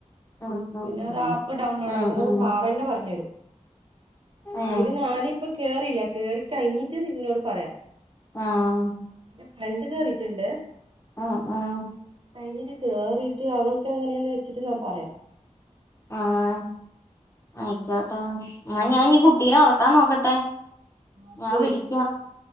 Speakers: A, on the left; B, on the right.
A: ആഹ് ആഹ്
B: പിന്നെ അത് ആപ്പ് ഡൗൺലോഡ്
A: ആഹ്
B: ആക്കുന്നത്
A: ആഹ്
B: സാറന്നെ പറഞ്ഞെരും
A: ഏഹ്
B: അയില് ഞാനിപ്പ കേറില്ലാ കേറി കയിഞ്ഞിട്ട് നിന്നോട് പറയാം
A: ആഹ്
B: എന്റെ ഫ്രണ്ട് കേറിറ്റ്ണ്ട്
A: ആഹ് ആഹ്
B: കഴിഞ്ഞേന് കേറീറ്റ് അവള് എങ്ങനെയെന്ന് വെച്ചിട്ട് ഞാൻ പറയാം
A: ആഹ് ആയിക്കോട്ടെ എന്നാ ഞാൻ ഇഞ്ഞി കുട്ടീനെ ഒറക്കാൻ നോക്കട്ടെ
B: ആ
A: ഞാൻ
B: ശരി
A: വിളിക്കാം